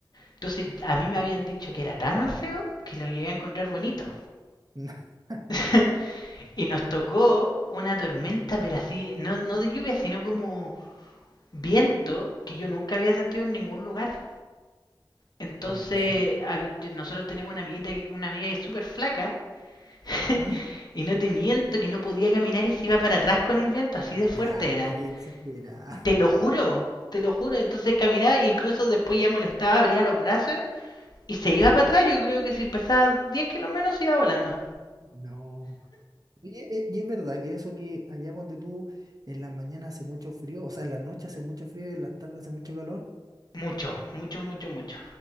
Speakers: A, on the left (about 55°); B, on the right (about 50°).
A: Entonces a mí me habían
B: No,
A: dicho que era tan feo que lo llegué a encontrar bonito.
B: <laughs>
A: <laughs> Y nos tocó una tormenta, pero así, no, no de lluvia, sino como viento que yo nunca había sentido en ningún lugar. Entonces,
B: ¿Ya?
A: habi- nosotros tenemos una amiguita, que- una amiga que es súper flaca, <laughs>
B: ¿Ah?
A: y no te miento que no podía caminar y se iba para atrás con el viento, así
B: Ya,
A: de fuerte era.
B: qué exagerada.
A: Te lo juro, te lo juro. Entonces caminaba, incluso después ya molestaba, abría los brazos y se iba para atrás. Yo creo que si pesaba 10 kilos menos se iba volando.
B: No. Oye, eh, y es verdad que eso que allá donde tú en la mañana hace mucho frío, o sea, en la noche hace mucho frío y en las tardes hace mucho calor.
A: Mucho, mucho, mucho, mucho.